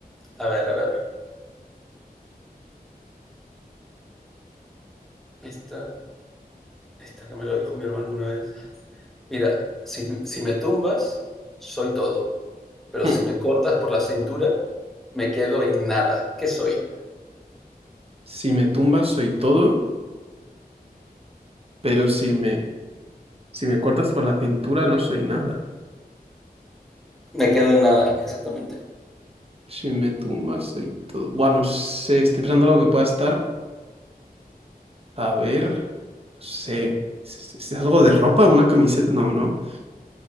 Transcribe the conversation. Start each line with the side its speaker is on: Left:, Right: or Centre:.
Centre: A ver, a ver. Esta, esta que me lo dijo mi hermano una vez. Mira, si, si me tumbas, soy todo. Pero
Right: Hmm.
Centre: si me cortas por la cintura, me quedo en nada. ¿Qué soy?
Right: Si me tumbas soy todo, pero si me, si me cortas por la cintura no soy nada.
Centre: Me quedo en nada, exactamente.
Right: Si me tumbas soy todo. Bueno, no sé, estoy pensando algo que pueda estar. A ver, no sé. ¿Es, es- es algo de ropa? ¿Una camiseta? No, no.